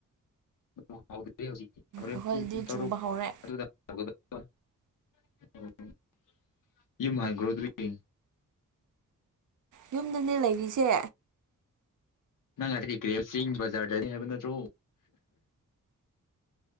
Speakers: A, on the left; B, on the right.
A: <unintelligible> ꯍꯧꯔ‌ꯦꯟ
B: ꯑꯩꯈꯣꯏꯗꯤ
A: ꯄꯨꯡ ꯇꯔꯨꯛ
B: ꯆꯨꯕ ꯍꯧꯔꯦ
A: ꯑꯗꯨꯗꯥ <unintelligible> ꯌꯨꯝ ꯍꯟꯒꯔ‌ꯣ ꯑꯗꯨꯗꯤ
B: ꯌꯨꯝꯗꯅꯦ ꯂꯩꯔꯤꯁꯦ
A: ꯅꯪ ꯉꯁꯥꯏꯗꯤ ꯀꯔꯤ ꯆꯤꯡ ꯕꯖꯥꯔꯗꯅꯤ ꯍꯥꯏꯕ ꯅꯠꯇ꯭ꯔꯣ